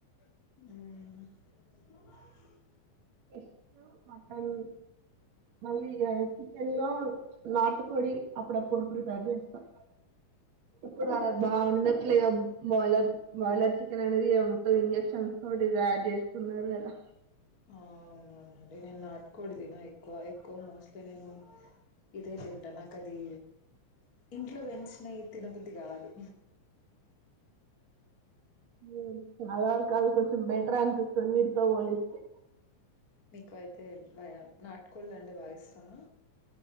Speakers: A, on the left; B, on the right.
A: ఉ
B: ఎగ్, మటన్ మళ్ళీ చికెన్ లో నాటు కొడి అప్పుడప్పుడు ప్రిపేర్ చేస్తారు ఇప్పుడు బాగుండట్లేదు బాయిలర్ బాయిలర్ చికెన్ అనేది మొత్తం ఇంజక్షన్స్ తోటి తయారు చేసుకున్నారు కదా
A: అవునవునండి నేను నాటుకోడి తిన ఎక్కువ ఎక్కువ మోస్ట్లీ నేను ఇదే తింటా నాకు అది ఇంట్లో పెంచినవి తినబుద్ది కాదు
B: ఉ చాలా వర కాలు కొంచెం బెటర్ అనిపిస్తుంది వీటితో పోలిస్తే
A: మీకు అయితే భయం నాటుకోళ్లు అంటే బాగా ఇష్టమ